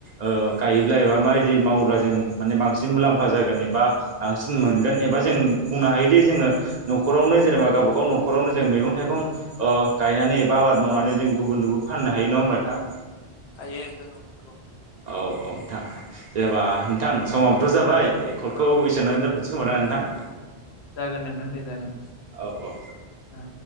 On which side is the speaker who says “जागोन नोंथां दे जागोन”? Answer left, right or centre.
Left